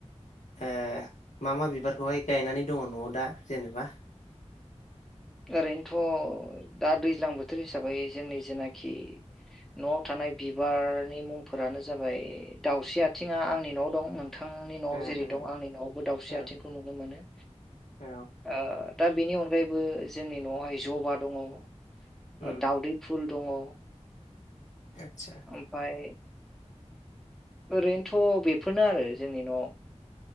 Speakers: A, on the left (about 85°); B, in the centre.
A: ओ मा मा बिबारखौहाय गायनानै दङ' न'आव दा जेनेबा?
B: ओरैनोथ' दा दैज्लां बोथोर हिसाबै जोंनि जेनाखि न'आव थानाय बिबारनि मुंफोरानो जाबाय दाावस्रि आथिङा आंनि न'आव दं नों थांनि न'आव
A: उम
B: जेरै
A: उम
B: दं आंनि न'आवबो दाावस्रि
A: औ
B: आथिंखौ नुनो मोनो
A: औ
B: ओथ दा बेनि अनगायैबो जोंनि न'आवहाय जबा दङ'
A: उम
B: दाउदै फुल दङ'।
A: आतसा।
B: ओमफ्राय ओरैनोथ' बेफोरनो आरो जोंनि न'आव।